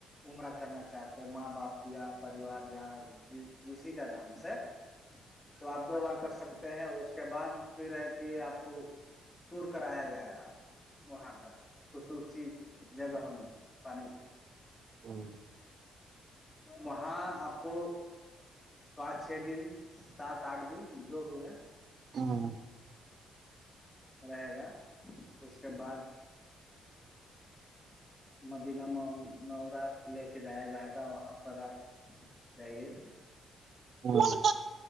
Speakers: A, on the left (about 15°); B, on the right (about 55°).
A: عمرہ کرنا چاہتے ہیں ماں باپ یا پریوار یا اسسی کا نام سے تو آپ دو بار کر سکتے ہیں اس کے بعد پھر ایک کہ آپ کو ٹور کرایا جائے گا وہاں کا خصوصی جگہ میں پانی
B: ہوں
A: وہاں آپ کو پانچ چھ دن سات آٹھ دن جو بھی ہے
B: ہاں
A: رہے گا اس کے بعد مدینہ نورا لے کے جایا جائے گا وہاں پر آپ جائیے
B: ہوں